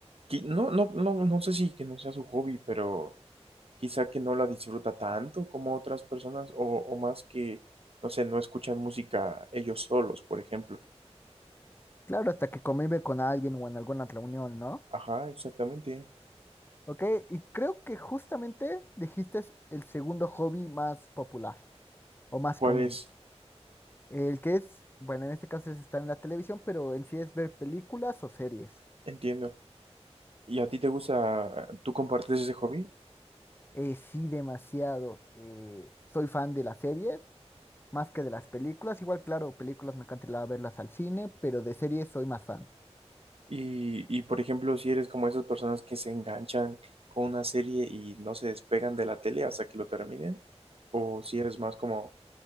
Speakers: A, on the right (about 60°); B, on the left (about 20°).
A: que- no, no, no, no sé si que no sea su hobby, pero... quizá que no la disfruta tanto como otras personas o, o más que, no sé, no escuchan música ellos solos, por ejemplo.
B: Claro, hasta que convive con alguien o en alguna reunión, ¿no?
A: Ajá, exactamente.
B: Ok, y creo que justamente dijiste es el segundo hobby más popular o más
A: ¿Cuál
B: común.
A: es?
B: El que es, bueno, en este caso es estar en la televisión, pero en sí es ver películas o series.
A: Entiendo. ¿Y a ti te gusta, tú compartes ese hobby?
B: Eh, sí, demasiado. eh, soy fan de las series más que de las películas. Igual, claro, películas me encanta ir a verlas al cine, pero de series soy más fan.
A: Y, y por ejemplo, si eres como esas personas que se enganchan con una serie y no se despegan de la tele hasta que lo terminen, o si eres más como,